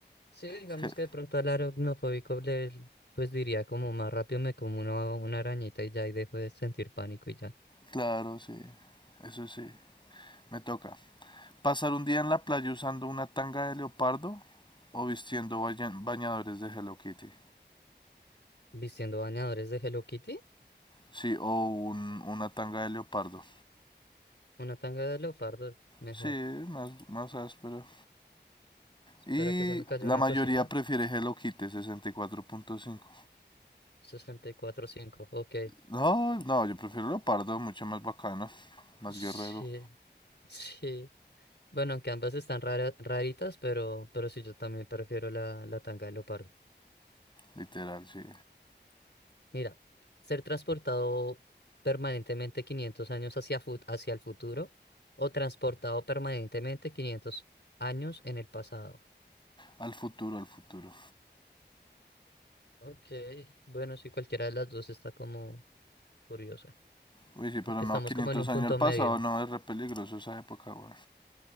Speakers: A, on the left (about 70°); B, on the left (about 25°).
A: Sí, digamos
B: Es que,
A: que de pronto al aracnofóbico le, pues diría como más rápido me como una, una arañita y ya y dejo de sentir pánico y ya.
B: claro, sí. Eso sí. Me toca. ¿Pasar un día en la playa usando una tanga de leopardo o vistiendo baña- bañadores de Hello Kitty?
A: Vistiendo bañadores de Hello Kitty,
B: Sí, o un- una tanga de leopardo.
A: una tanga de leopardo, mejor.
B: Sí, más, más áspero.
A: Espera
B: Y
A: que se me cayó
B: la
A: una
B: mayoría
A: cosita.
B: prefiere Hello Kitty, 64.5.
A: sesenta y cuatro punto cinco, ok.
B: No, no, yo prefiero leopardo, mucho más bacano, más
A: Sí,
B: guerrero,
A: sí. Bueno, que ambas están rara- raritas, pero, pero sí, yo también prefiero la, la tanga de leopardo.
B: literal, sí.
A: Mira, ser transportado permanentemente 500 años hacia, fu- hacia el futuro o transportado permanentemente 500 años en el pasado.
B: Al futuro, al futuro.
A: Ok, bueno, sí, cualquiera de las dos está como curiosa,
B: Uy, sí,
A: porque
B: pero no,
A: estamos
B: 500
A: como en un
B: años
A: punto
B: al pasado,
A: medio,
B: no, es re peligroso esa época, güey